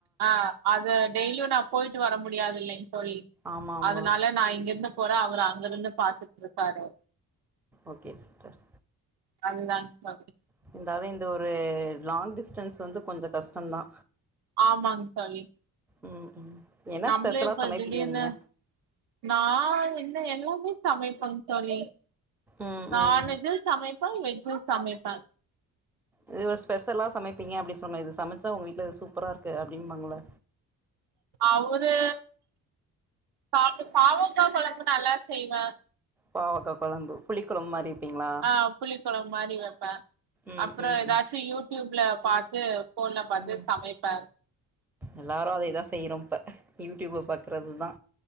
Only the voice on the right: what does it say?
ஆ அது டெய்லியு நா போயிட்டு வர முடியாது இல்லிங்க தோழி
அதனால நா இங்கிருந்து போற அவரு அங்க இருந்து பாத்துட்டு இருக்காரு
அதுதாங் தோழி
ஆமாங் தோழி
நம்மளே
இப்ப
திடீர்னு
நா என்ன எல்லாமே சமைப்பங் தோழி
நான்வெஜ்சு
சமைப்ப வெஜ்சு சமைப்ப
அவரு பாக் பாவக்கா கொழம்பு நல்லா செய்வ
நா புளி கொழம்பு மாரி வைப்ப
அப்றோ
எதாச்சு
யூடியூப்ல பாத்து ஃபோன்ல பாத்து
சமைப்பே